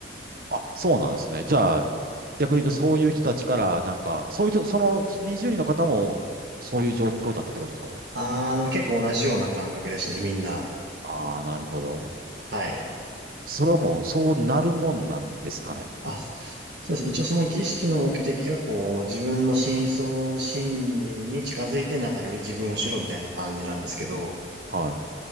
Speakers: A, on the right; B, on the right.
A: あ、そうなんですね。じゃあ、逆に言うとそういう人たちから、なんか、そういう人、その20人の方も、そういう状況だったってことですか
B: あー、でも結構同じような感覚でしたね、みんな。
A: ああー、なるほど。
B: はい。
A: それはもう、そうなるもんなんですかね。
B: あ、そうです。一応その儀式の目的がこう、自分の深層心理に近づいてなんかより自分を知ろうみたいな感じなんですけど、
A: はい。